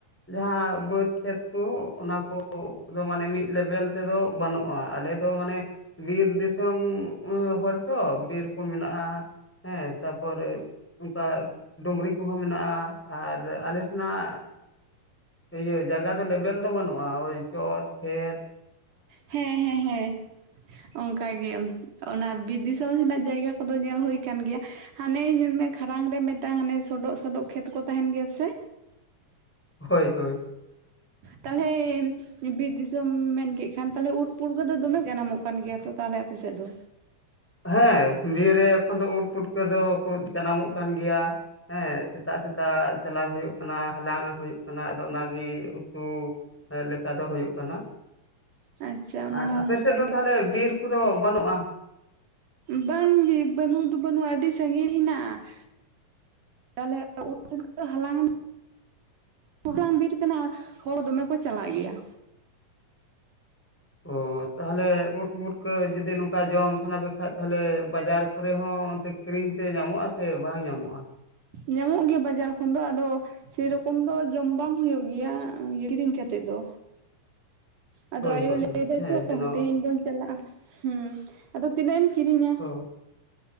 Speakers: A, in the centre; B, on the right.
A: ᱡᱟᱦᱟᱸ ᱵᱟᱹᱫᱽ ᱠᱷᱮᱛ ᱠᱚ ᱚᱱᱟ ᱠᱚ, ᱫᱚ ᱢᱟᱱᱮ ᱢᱤᱫ ᱞᱮᱵᱮᱞ ᱛᱮᱫᱚ ᱵᱟᱹᱱᱩᱜᱼᱟ ᱟᱞᱮ ᱫᱚ ᱢᱟᱱᱮ ᱵᱤᱨ ᱫᱤᱥᱚᱢ ᱦᱚᱲ ᱛᱚ ᱵᱤᱨ ᱠᱚ ᱢᱮᱱᱟᱜᱼᱟ ᱦᱮᱸ ᱛᱟᱯᱚᱨ ᱚᱱᱠᱟ ᱰᱩᱝᱨᱤ ᱠᱚᱦᱚᱸ ᱢᱮᱱᱟᱜᱼᱟ ᱟᱨ ᱟᱞᱮ ᱥᱮᱱᱟᱜ ᱤᱭᱟᱹ ᱡᱟᱭᱜᱟ ᱫᱚ ᱞᱮᱵᱮᱞ ᱫᱚ ᱵᱟᱹᱱᱩᱜᱼᱟ ᱳᱭ ᱪᱚᱴ ᱪᱚᱴ ᱯᱷᱮᱴ
B: ᱦᱮᱸ ᱦᱮᱸ ᱦᱮᱸ ᱚᱱᱠ ᱜᱮᱮ ᱚᱱᱟ ᱵᱤᱨ ᱫᱤᱥᱚᱢ ᱨᱮᱱᱟᱜ ᱡᱟᱭᱜᱟ ᱠᱚᱫᱚ ᱧᱮᱞ ᱦᱩᱭ ᱠᱟᱱᱟᱱ ᱜᱮᱭᱟ, ᱦᱟᱱᱮ ᱧᱮᱞ ᱢᱮ ᱠᱷᱟᱲᱟᱝ ᱨᱮ ᱢᱤᱫᱴᱟᱝ ᱦᱟᱱᱮ ᱥᱚᱰᱚᱜ ᱥᱚᱰᱚᱜ ᱠᱷᱮᱛ ᱠᱚ ᱛᱟᱦᱮᱱ ᱜᱮᱭᱟ ᱥᱮ?
A: ᱦᱳᱭ ᱦᱳᱭ
B: ᱛᱟᱦᱚᱞᱮ ᱵᱤᱨ ᱫᱤᱥᱚᱢ ᱢᱮᱱ ᱠᱮᱫ ᱮᱱᱠᱷᱟᱱ ᱛᱟᱦᱚᱞᱮ ᱩᱴᱯᱩᱨᱩᱨ ᱫᱚ ᱫᱚᱢᱮ ᱡᱟᱱᱟᱢᱚᱜ ᱠᱟᱱ ᱜᱮᱭᱟ ᱛᱚ ᱛᱟᱦᱚᱞᱮ ᱟᱯ ᱥᱮᱫ ᱫᱚ?
A: ᱦᱮᱸ ᱵᱤᱨ ᱨᱮ ᱮᱠᱷᱚᱱ ᱫᱚ ᱩᱴ ᱯᱷᱩᱴᱠᱟᱹ ᱫᱚ ᱡᱟᱱᱟᱢᱚᱜ ᱠᱟᱱ ᱜᱮᱭᱟ ᱦᱮᱸ ᱥᱮᱛᱟᱜ ᱥᱮᱛᱟᱜ ᱪᱟᱞᱟᱣ ᱦᱩᱭᱩᱜ ᱚᱱᱟ ᱦᱟᱞᱟᱝ ᱦᱩᱭᱩᱜ ᱠᱟᱱᱟ ᱟᱫᱚ ᱚᱱᱟᱜᱮ ᱩᱛᱩ ᱞᱮᱠᱟ ᱫᱚ ᱦᱩᱭᱩᱜ ᱠᱟᱱᱟ᱾
B: ᱟᱪᱪᱷᱟ ᱚᱱᱟ
A: ᱟᱨ
B: ᱦᱚᱸ
A: ᱟᱯᱮ
B: ᱱᱟᱯᱟᱭ
A: ᱥᱮᱫ ᱫᱚ ᱛᱟᱦᱚᱞᱮ ᱵᱤᱨ ᱠᱚᱫᱚ ᱵᱟᱹᱱᱩᱜᱼᱟ?
B: ᱵᱟᱝᱜᱮ ᱵᱟᱹᱱᱩᱜ ᱫᱚ ᱵᱟᱹᱱᱩᱜᱼᱟ ᱟᱹᱰᱤ ᱥᱟᱺᱜᱤᱧ ᱦᱮᱱᱟᱜᱼᱟ᱾ ᱛᱟᱦᱮᱞᱮ ᱩᱫ ᱯᱩᱴᱠᱟᱹ ᱦᱟᱞᱟᱝ ᱮᱢ <unintelligible> ᱵᱤᱨ ᱟᱠᱟᱱᱟ ᱟᱨ ᱦᱚᱲ ᱫᱚᱢᱮ ᱠᱚ ᱪᱟᱞᱟᱜ ᱜᱮᱭᱟ᱾
A: ᱚ ᱛᱟᱦᱚᱞᱮ ᱩᱸᱴ ᱵᱷᱩᱨᱠᱟᱹ ᱡᱩᱫᱤ ᱱᱚᱝᱠᱟ ᱡᱚᱢ ᱥᱟᱱᱟ ᱯᱮ ᱠᱷᱟᱱᱡ ᱛᱟᱦᱚᱞᱮ ᱵᱟᱡᱟᱨ ᱠᱚᱨᱮ ᱦᱚᱸ ᱚᱱ ᱠᱤᱨᱤᱧ ᱛᱮ ᱧᱟᱢᱚᱜᱼᱟ ᱥᱮ ᱵᱟᱝ ᱧᱟᱢᱚᱜᱼᱟ?
B: ᱧᱟᱢᱚᱜ ᱜᱮᱭᱟ ᱵᱟᱡᱟᱨ ᱠᱷᱚᱱ ᱫᱚ ᱟᱫᱚ ᱥᱮᱨᱚᱠᱚᱢ ᱫᱚ ᱡᱚᱢ ᱵᱟᱝ ᱦᱩᱭᱩᱜᱳ ᱜᱮᱭᱟ ᱠᱤᱨᱤᱧ ᱠᱟᱛᱮᱜ ᱫᱚ᱾ ᱟᱫᱚ
A: ᱦᱳᱭ
B: ᱟᱭᱳ
A: ᱦᱳᱭ
B: ᱞᱟᱹᱭ ᱫᱟᱭᱛᱚ
A: ᱦᱮᱸ ᱡᱮᱱᱚ
B: ᱛᱮᱦᱮᱧ ᱵᱚᱱ ᱪᱟᱞᱟᱜᱼᱟ᱾ ᱦᱩᱸ ᱟᱫᱚ ᱛᱤᱱᱟᱹᱜ ᱮᱢ ᱠᱤᱨᱤᱧᱟ,
A: ᱦᱳᱭ